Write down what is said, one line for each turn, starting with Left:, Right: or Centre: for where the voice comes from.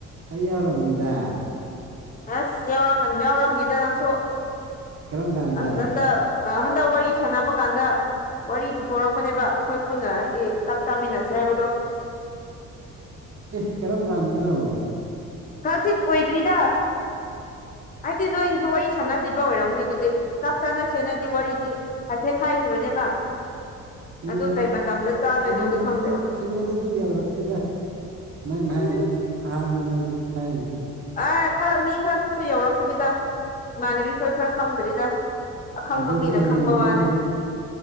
Right: ꯍꯌꯦ ꯌꯥꯧꯔꯣ ꯃꯨꯣꯏꯗ
Left: ꯑꯁ ꯌꯥꯎꯔꯛꯀꯅꯤ ꯌꯥꯎꯔꯝꯅꯤꯗ ꯅꯪꯁꯨ
Right: ꯀꯔꯝ ꯀꯥꯟꯗ
Left: ꯑ ꯅꯪꯗ ꯑ ꯍꯟꯗꯛ ꯋꯥꯔꯤ ꯁꯥꯟꯅꯕ ꯀꯥꯟꯗ ꯋꯥꯔꯤ ꯄꯨꯊꯣꯔꯛꯄꯅꯦꯕ ꯑꯩꯈꯣꯏ ꯄꯨꯟꯅ ꯍꯥꯏꯗꯤ ꯆꯥꯛ ꯆꯥꯃꯤꯟꯅꯁꯦ ꯍꯥꯏꯕꯗꯣ
Right: ꯑꯦ ꯀꯔꯝ ꯀꯥꯟꯗꯅꯣ
Left: ꯜꯁꯤ ꯀꯣꯏꯗ꯭ꯔꯤꯗ ꯍꯥꯏꯗꯤ ꯅꯣꯏꯒꯤꯁꯨ ꯋꯥꯔꯤ ꯁꯥꯟꯅꯗ꯭ꯔꯤꯕ ꯑꯣꯏꯔꯝꯅꯤ ꯑꯗꯨꯗꯤ ꯆꯥꯛ ꯆꯥꯅꯁꯦꯅꯗꯤ ꯋꯥꯔꯤꯗꯤ ꯍꯥꯏꯐꯦꯠ ꯍꯥꯏꯈꯤꯕꯅꯦꯕ
Right: ꯎꯝ
Left: ꯑꯗꯨ ꯀꯩ ꯃꯇꯝꯗ ꯆꯥꯗꯣꯏꯅꯣꯗꯤ
Right: ꯑꯩꯉꯣꯟꯗꯗꯤ
Left: ꯈꯪꯗꯦꯕ
Right: ꯑꯩꯉꯣꯟꯗꯗꯤ ꯌꯧꯔꯛꯇꯦꯗ ꯅꯪꯅ
Left: ꯎꯝ
Right: ꯍꯥꯏꯕꯗ ꯑꯍꯥꯟꯕꯅꯦ ꯍꯧꯖꯤꯛ ꯍꯥꯏꯔꯤꯗꯤ
Left: ꯑꯦ ꯈꯔ ꯃꯤ ꯈꯔꯗꯨꯨꯁꯨ ꯌꯧꯔꯛꯇꯕꯤꯗ ꯏꯃꯥꯟꯅꯕꯤ ꯈꯔ ꯈꯔ ꯈꯪꯗ꯭ꯔꯤꯗ ꯑꯈꯪꯕ
Right: ꯑꯗꯨꯗꯤ
Left: ꯃꯤꯅ ꯈꯪꯕ
Right: ꯅꯪ
Left: ꯋꯥꯅꯤ